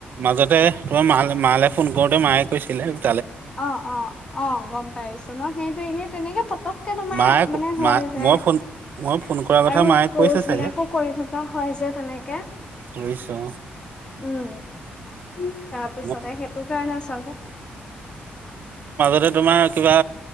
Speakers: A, on the right; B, on the left.
A: মাজতে তোমাৰ মা মালে ফোন কৰোতে মায়ে কৈছিলে আৰু
B: <unintelligible> আৰু ক'জ বিলাকো
A: মায়ে
B: কৰি
A: ক- মা মই
B: থকা
A: ফোন মই ফোন
B: হয়
A: কৰাৰ কথা মায়ে কৈছে চাগে
B: যে তেনেকে
A: কৰিছোঁ।
B: উম তাৰ পিছতে
A: অ
B: সেইটো কাৰণে আচল
A: তাতে, তোমাৰ কিবা